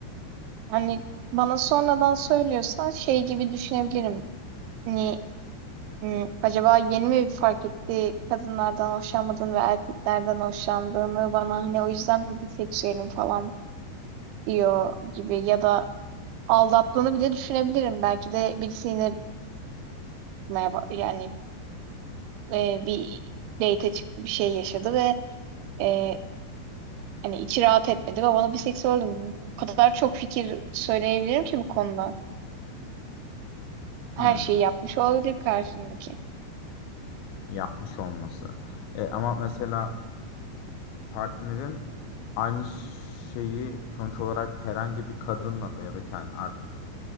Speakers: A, on the right; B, on the left.
A: Hani bana sonradan söylüyorsa şey gibi düşünebilirim. Hani m, acaba yeni mi fark etti kadınlardan hoşlanmadığını ve erkeklerden hoşlandığını bana hani o yüzden mi biseksüelim falan diyor gibi ya da aldattığını bile düşünebilirim. Belki de birisi yine merhaba yani e, bir date çıktı bir şey yaşadı ve e, hani içi rahat etmedi ve bana biseksüelim. O kadar çok fikir söyleyebilirim ki bu konuda. Her
B: Hmm,
A: şeyi yapmış olabilir karşımdaki.
B: yapmış olması. E, ama mesela partnerin aynı şeyi sonuç olarak herhangi bir kadınla da ya da kendi artık